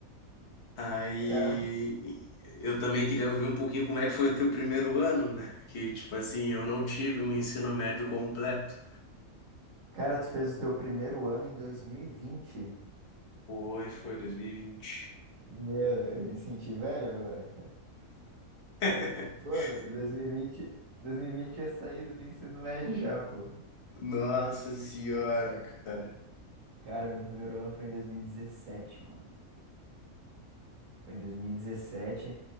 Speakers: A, on the left; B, on the right.
A: Aí
B: Caraca,
A: eu também queria ouvir um pouquinho como é que foi o teu primeiro ano, né? Que, tipo assim, eu não tive um ensino médio completo.
B: cara, tu fez o teu primeiro ano em 2020.
A: Foi, foi dois mil e vinte
B: Meu, eu me senti velho agora, cara.
A: <laughs>
B: Pô, 2020, 2020 é saída do ensino médio já, pô.
A: Nossa senhora, cara.
B: Cara, meu primeiro ano foi em 2017, mano. Foi em dois mil E dezessete